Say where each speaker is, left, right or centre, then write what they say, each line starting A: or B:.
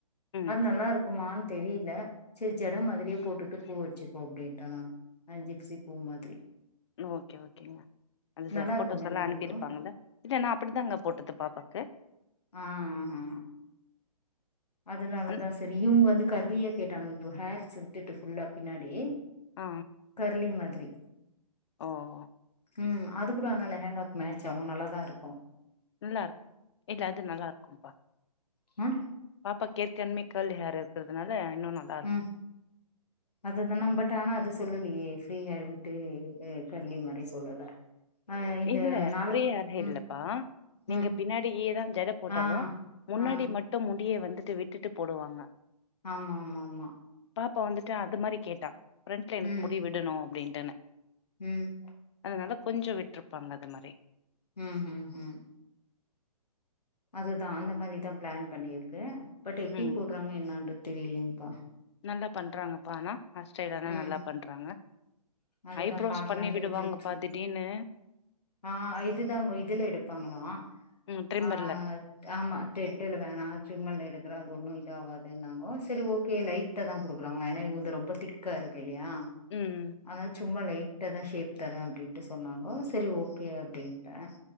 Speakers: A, on the left; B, on the left.
A: ம்
B: அது நல்லா இருக் க்குமான் தெரியல சரி ஜட மாதிரியே போட் டுட்டு பூ வெச்சுக்கோ அப்டின்ட்டே நானு ஜிப்சி பூ மாதிரி
A: ஓகே ஓகேங்க அது சா
B: நல்லா
A: ஃபோட்டோஸ்
B: இருக்கு தான
A: எல்லா
B: அது
A: அனுப்பி
B: கூட
A: இருப்பாங்கள இல்ல நா அப்டி தாங்க போட்டது பாப்பாக்கு
B: ஆஹா அதனாலதா
A: அந்
B: சரி இவங்க வந்து கர்லியா கேட்டாங்க இப்போ ஹேர்ஸ் விட்டுட்டு ஃபுல்லா பின்னாடி
A: ஆ
B: கர்லி மாதிரி
A: ஓ ஓ
B: ம் அது கூட ஆனா லெஹேங்காக்கு மேச் ஆகு நல்லாதா இருக்கு
A: நல்லா இருக்கு இல்ல அது நல்லா இருக்கும்பா
B: அ
A: பாப்பா ஏற்கன்மே கெர்லி ஹேர் இருக்குறதுனால இன்னு நான்
B: ம் அதுதா நம்ம பட் ஆனா அது சொல்லலையே ஃப்ரீ ஹேர் விட்டு அ கர்லி மாரியு சொல்லல ஆ இந்த
A: இல்ல
B: நாளுக்
A: ப்ரீ ஹேரே
B: ம்
A: இல்லப்பா நீங்க
B: ம்
A: பின்னாடியே தா ஜட போட்டாலு
B: ஆ
A: முன்னாடி
B: ஆ
A: மட் ட்டு முடிய வந்துட்டு விட்டுட்டு போடுவாங்க
B: ஆமா ஆமா ஆமா
A: பாப்பா வந்துட்டு அது மாரி கேட்டா ப்ரெண்ட்ல எனக்கு
B: ம்
A: முடி விடணு அப்டின்ட்டுன்னு
B: ம்
A: அதுனால கொஞ்சோ விட்ருப்பாங்க அது மாரி
B: ம் ஹும் ஹும் அதுதா அந்த மாரிதா ப்ளான் பண்ணியிருக்கு பட் எப்டி
A: ம்
B: போட்றாங்க என்னான்றது தெரியலிங்கப்பா
A: நல்லா பண்றாங்கப்பா ஆனா ஹேர் ஸ்டைலலா
B: ம்
A: நல்லா பண்றாங்க
B: அதுதா
A: ஐப்ரோஸ்
B: பாக்கலான்ட்டு
A: பண்ணி விடுவாங்கப்பா
B: விட்டுச்சு
A: திடிர்னு
B: ஆ இதுதாங்கோ இதுல எடுப்பாங்களா
A: ம் ட்ரிம்மர்ல
B: ஆ ஆமா டெட்டெலுவே நானா சும்மல்ல எடுக்குறே அது ஒண்ணு இத ஆவாதுன்னாங்கோ செரி ஓகே லைட் கிட்ட தா குடுக்குறாங்களா ஏன்னா இவுங்கது ரொம்ப திக்கா இருக்கு இல்லையா
A: ம் ம்
B: அதனால சும்மா லைட்டா தா ஷேப் தரே அப்டின்ட்டு சொன்னாங்கோ செரி ஓகே அப்டின்ட்டே